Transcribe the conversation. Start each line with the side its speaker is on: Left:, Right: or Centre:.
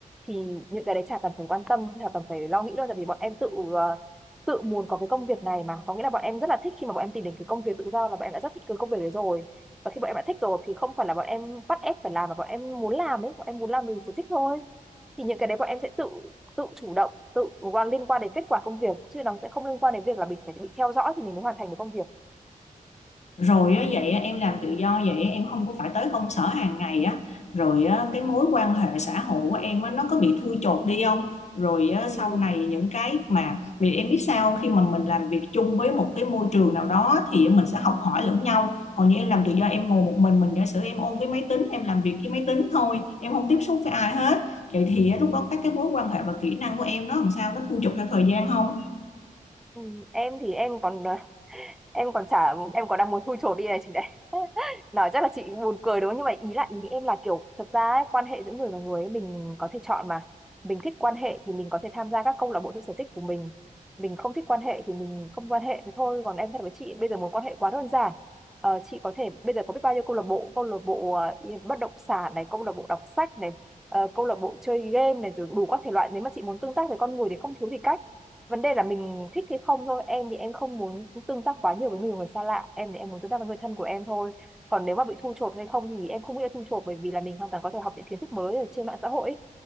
Centre: thì những cái đấy chả cần phải quan tâm, chả cần phải lo nghĩ đâu tại vì bọn em tự ờ, tự muốn có cái công việc này mà có nghĩa là bọn em rất là thích khi mà bọn em tìm đến cái công việc tự do là bọn em đã rất thích cái công việc đấy rồi và khi bọn em đã thích rồi thì không phải là bọn em bắt ép phải làm mà bọn em muốn làm ấy, bọn em muốn làm mình sẽ thích thôi thì những cái đấy bọn em sẽ tự tự chủ động tự liên quan đến kết quả công việc chứ nó sẽ không liên quan đến việc là mình phải bị theo dõi thì mình mới hoàn thành được công việc
Left: rồi á, vậy á, em làm tự do vậy á, em không có phải tới công sở hàng ngày á rồi á, cái mối quan hệ xã hội của em á, nó có bị thui chột đi không rồi á, sau
Centre: ừ,
Left: này những cái mà vì em biết sao không? khi mà mình làm việc chung với một cái môi trường nào đó thì mình sẽ học hỏi lẫn nhau còn như em làm tự do em ngồi một mình mình giả sử em ôm cái máy tính em làm việc với máy tính thôi em không tiếp xúc với ai hết vậy thì á, lúc đó các cái mối quan hệ và kỹ năng của em nó làm sao nó thui chột theo thời gian không
Centre: ừ, em thì em còn ờ, em còn chả em còn đang muốn thui chột đi này chị đấy <laughs> nói chắc là chị buồn cười đúng không nhưng mà ý lại ý em là kiểu thực ra ấy, quan hệ giữa người và người ấy, mình có thể chọn mà mình thích quan hệ thì mình có thể tham gia các câu lạc bộ theo sở thích của mình mình không thích quan hệ thì mình không quan hệ thế thôi còn em thật với chị bây giờ muốn quan hệ quá đơn giản Ờ, chị có thể bây giờ có biết bao nhiêu câu lạc bộ câu lạc bộ ờ, bất động sản này câu lạc bộ đọc sách này ờ, câu lạc bộ chơi game này rồi đủ các thể loại nếu mà chị muốn tương tác với con người thì không thiếu gì cách vấn đề là mình thích hay không thôi em thì em không muốn tương tác quá nhiều với nhiều người xa lạ em thì em muốn tương tác với người thân của em thôi còn nếu mà bị thu chột hay không thì em không nghĩ là thu chột bởi vì là mình hoàn toàn có thể học những kiến thức mới ở trên mạng xã hội ấy.